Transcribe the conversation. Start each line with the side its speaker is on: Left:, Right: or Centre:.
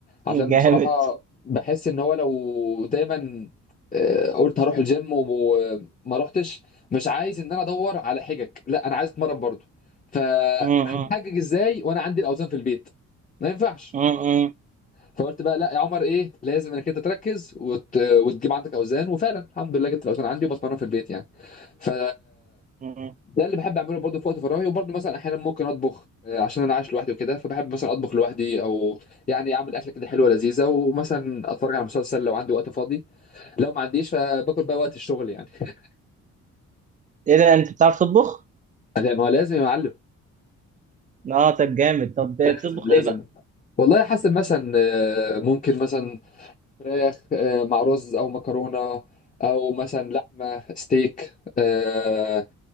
Left: عشان
Right: أمم. جامد
Left: بصراحة بحس ان هو لو دايما آه، قلت هروح الجيم وما رحتش مش عايز ان انا ادور على حجج لا انا عايز اتمرن برضو فهحجج
Right: امم
Left: ازاي وانا عندي الاوزان في البيت ما ينفعش
Right: امم
Left: فقلت بقى لا يا عمر ايه لازم انك انت تركز وت... وتجيب عندك اوزان وفعلا الحمد لله جبت الاوزان عندي وبتمرن في البيت يعني ف
Right: امم
Left: ده اللي بحب اعمله برضه في وقت فراغي وبرضه مثلا احيانا ممكن اطبخ آه، عشان انا عايش لوحدي وكده فبحب مثلا اطبخ لوحدي او يعني اعمل اكله كده حلوه لذيذه ومثلا اتفرج على مسلسل لو عندي وقت فاضي لو ما عنديش فباكل بقى وقت الشغل يعني <laughs>
Right: ايه ده انت بتعرف تطبخ
Left: لا ما هو لازم يا معلم
Right: اه طب جامد طب
Left: لازم
Right: بتطبخ
Left: لازم
Right: ايه بقى
Left: والله حاسس مثلا آه، ممكن مثلا فراخ آه، مع رز او مكرونه او مثلا لحمه ستيك آه،